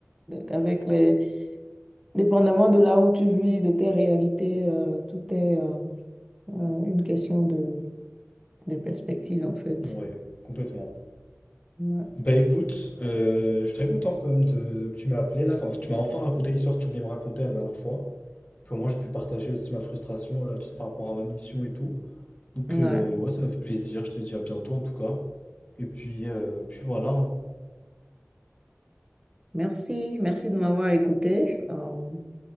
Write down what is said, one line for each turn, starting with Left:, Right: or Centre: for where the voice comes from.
Right: avec les... Dépendamment de là où tu vis, de tes réalités, euh, tout est euh, euh, une question de, de perspective en fait.
Left: Ouais, complètement.
Right: Ouais.
Left: Bah écoute, euh, je suis très content quand même de- que tu m'as appelé là, quand tu m'as enfin raconté l'histoire que tu voulais me raconter la dernière fois. Puis au moins j'ai pu partager aussi ma frustration là, tu sais, par rapport à ma mission et tout. Donc
Right: Ouais.
Left: euh, ouais, ça m'a fait plaisir, je te dis à bientôt en tout cas. Et puis, euh, puis voilà. hein.
Right: Merci, merci de m'avoir écouté. Euh, on